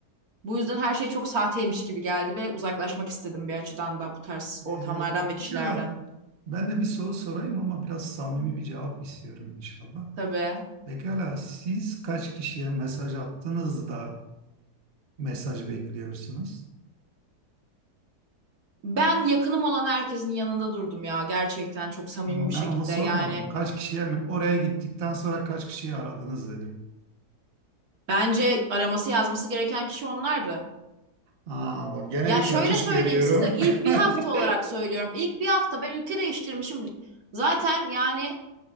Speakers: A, on the right (about 65°); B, on the right (about 40°).
A: Bu yüzden her şey çok sahteymiş gibi geldi ve uzaklaşmak istedim bir açıdan da bu tarz ortamlardan
B: Ee,
A: ve kişilerden.
B: pekala. Ben de bir soru sorayım ama biraz samimi bir cevap istiyorum inşallah.
A: Tabii.
B: Pekala siz kaç kişiye mesaj attınız da mesaj bekliyorsunuz?
A: Ben yakınım olan herkesin yanında durdum ya gerçekten çok samimi
B: Ama
A: bir
B: ben
A: şekilde.
B: onu sormadım.
A: Yani
B: Kaç kişiye mi? Oraya gittikten sonra kaç kişiyi aradınız dedim.
A: bence araması yazması gereken kişi onlardı.
B: Aa, bak gene
A: Ya
B: bir
A: şöyle
B: kaçış
A: söyleyeyim
B: görüyorum.
A: size ilk
B: <laughs>
A: bir hafta olarak söylüyorum. İlk bir hafta ben ülke değiştirmişim. Zaten yani